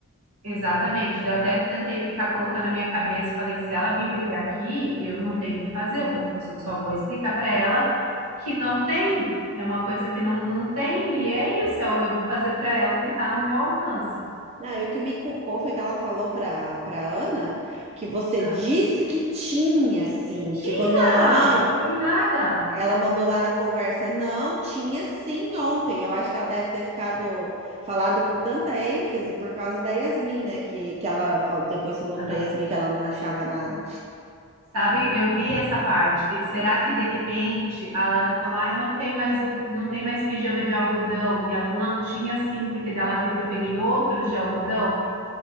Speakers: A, on the right; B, on the right.
A: Exatamente. Daí Eu até tentei ficar colocando a minha cabeça e falei, se ela vir brigar aqui, eu não tenho o que fazer, eu vou, eu só vou explicar para ela que não tem, é uma coisa que não, não tem, e é isso, eu, eu vou fazer para ela o que está no meu alcance.
B: Não, e o que me cucou foi que ela falou pra, pra Ana que você
A: Ah,
B: disse que tinha, assim.
A: mentira!
B: Tipo, não.
A: Eu não dei nada.
B: Ela mandou lá na conversa, não, tinha sim ontem. Eu acho que ela deve ter ficado falado com tanta ênfase por causa da Yasmin, né? Que, que ela falou, depois falou
A: Aham.
B: pra Yasmin que ela não achava nada.
A: Sabe, eu vi essa parte. E Será que de repente a Ana falou, ai, não tem mais o, não tem mais pijama de algodão? E ela falou, não, tinha sim, porque dela viu que eu peguei outros de algodão